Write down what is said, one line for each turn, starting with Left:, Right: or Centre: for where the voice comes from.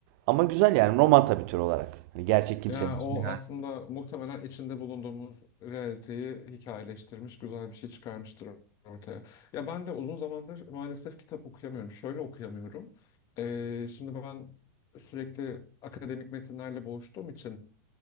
Right: Ama güzel yani roman tabii tür olarak. Hani gerçek kimsenin
Left: Ya
Right: ismi.
Left: o aslında muhtemelen içinde bulunduğumuz realiteyi hikayeleştirmiş, güzel bir şey çıkarmıştır ortaya. Ya ben de uzun zamandır maalesef kitap okuyamıyorum. Şöyle okuyamıyorum. Ee, şimdi ben sürekli akademik metinlerle boğuştuğum için